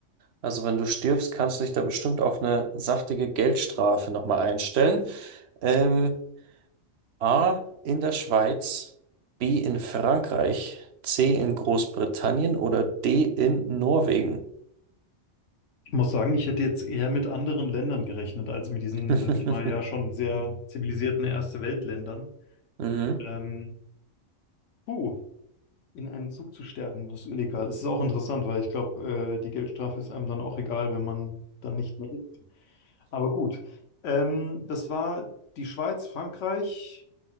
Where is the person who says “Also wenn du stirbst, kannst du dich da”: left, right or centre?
Right